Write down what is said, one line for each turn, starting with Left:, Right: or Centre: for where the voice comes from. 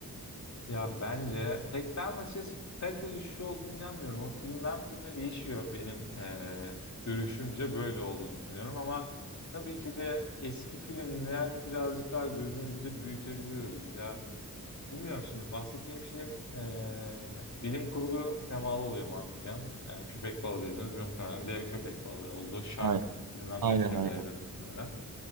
Left: Ya bence pek ben açıkçası kalite düşüşü olduğunu inanmıyorum. O filmden filme değişiyor benim eee, görüşümce böyle olduğunu düşünüyorum ama tabii ki de eski filmler birazcık daha gözümüzde büyütebiliyoruz. Ya bilmiyorum şimdi bahsettiğim film eee, bilim kurgu temalı oluyor mantıken. Yani köpek balığı dediğimiz muhtemelen dev köpek balığı olduğu Shark
Right: Aynen,
Left: bilmem
Right: aynen.
Left: ne filmleridir
Right: aynen.
Left: muhtemelen.